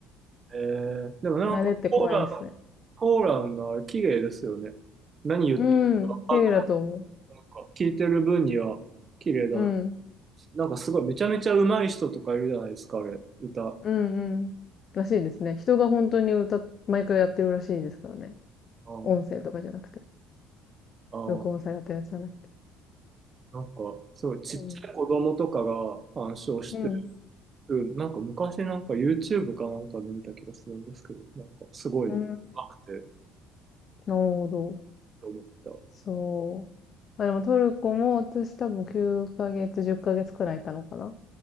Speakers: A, on the right; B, on the left.
A: えー、でもなんかコーラン、
B: 慣れって怖いですね。
A: コーランが綺麗ですよね。何言ってるかな、
B: うん、綺麗だと思う。
A: なんか聞いてる分には綺麗だな。
B: うん。
A: なんかすごいめちゃめちゃ上手い人とかいるじゃないですか、あれ、歌。
B: うんうん。らしいですね。人が本当に歌っ、毎回やってるらしいですからね。
A: あ
B: 音声とかじゃなくて、
A: あ
B: 録音されたやつじゃなくて。
A: なんかすごいちっちゃい子供とかが鑑賞して
B: そう。うん。
A: る。なんか昔なんか YouTube かなんかで見た気がするんですけど、なんかすごい上
B: うん。
A: 手くて
B: なるほど。
A: と思った。
B: そう。まあでもトルコも私多分9ヶ月、10ヶ月くらいいたのかな。